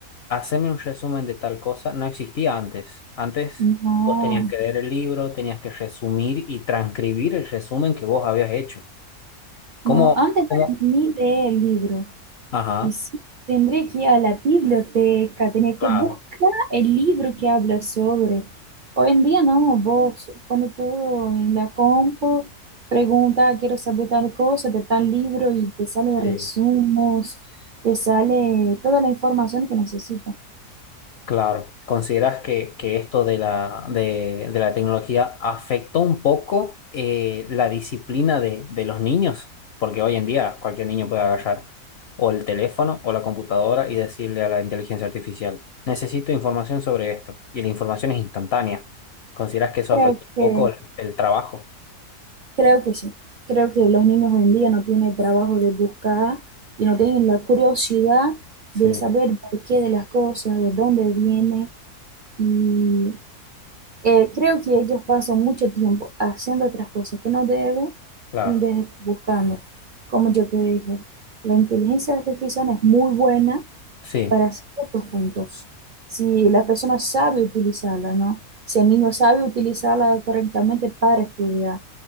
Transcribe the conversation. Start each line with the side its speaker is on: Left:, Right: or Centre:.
Left: haceme un resumen de tal cosa, no existía antes. Antes
Right: No,
Left: vos tenías que leer el libro, tenías que resumir y transcribir el resumen que vos habías hecho. ¿Cómo?
Right: no, antes no
Left: ¿Cómo?
Right: era ni de libro.
Left: Ajá,
Right: Y sí, tendría que ir a la biblioteca, tenía
Left: claro.
Right: que buscar el libro que habla sobre. Hoy en día no, vos pones todo en la compu, pregunta, "Ah, quiero saber tal cosa de tal libro y te sale
Left: Sí.
Right: resumos, te sale toda la información que necesitas.
Left: Claro, ¿consideras que, que esto de la, de, de la tecnología afectó un poco eh, la disciplina de, de los niños? Porque hoy en día cualquier niño puede agarrar o el teléfono o la computadora y decirle a la inteligencia artificial, necesito información sobre esto. Y la información es instantánea. ¿Consideras que eso
Right: Creo
Left: afectó un
Right: que,
Left: poco el, el trabajo?
Right: creo que sí. Creo que los niños hoy en día no tienen el trabajo de buscar y no tienen la curiosidad
Left: Sí,
Right: de saber por qué de las cosas, de dónde viene y Eh, creo que ellos pasan mucho tiempo haciendo otras cosas que no deben
Left: claro,
Right: en vez de estar buscando. Como yo te dije, la inteligencia artificial es muy buena
Left: sí,
Right: para ciertos puntos. Si la persona sabe utilizarla, ¿no? Si el niño sabe utilizarla correctamente para estudiar,